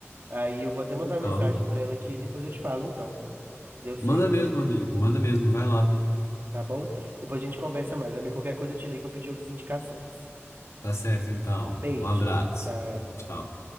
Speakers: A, on the right; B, on the left.
A: Aí eu vou até mandar
B: Total.
A: uma mensagem pra ela aqui e depois eu te falo, então. Deu certo,
B: Manda mesmo, amigo, manda mesmo, vai lá.
A: tá bom? Depois a gente conversa mais, amigo. Qualquer coisa eu te ligo pra pedir outras indicações.
B: Tá certo, então.
A: Beijo.
B: Um abraço.
A: Tchau.
B: Tchau.